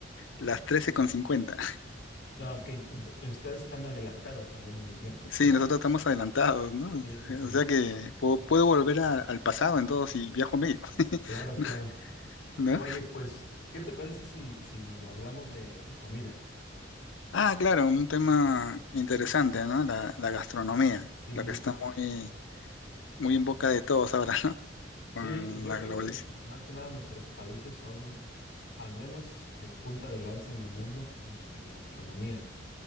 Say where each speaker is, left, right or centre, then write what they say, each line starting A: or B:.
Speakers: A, on the left (about 85°); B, on the left (about 60°).
A: las 13 con 50.
B: Ah, ok. Ent- Ustedes están adelantados también en el tiempo.
A: Sí,
B: <laughs>
A: nosotros estamos adelantados, ¿no?
B: Sí, sí, sí.
A: O sea que puedo, puedo volver a- al pasado en todo si viajo medio, <laughs>
B: Claro, claro.
A: ¿no?
B: Oye, pues, ¿qué te parece si, si hablamos de, de comida?
A: Ah, claro, un tema interesante, ¿no? La, la gastronomía,
B: Sí,
A: la que está muy, muy en boca de todos ahora, ¿no?
B: sí,
A: Con
B: y yo
A: la
B: creo
A: globalización.
B: que más que nada nuestros países son al menos eh, punta de lanza en el mundo en, en gastronomía.